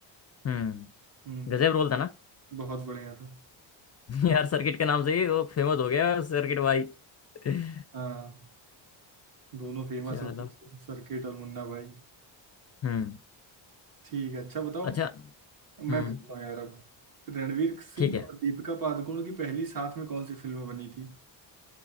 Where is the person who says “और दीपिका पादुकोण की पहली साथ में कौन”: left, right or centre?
Right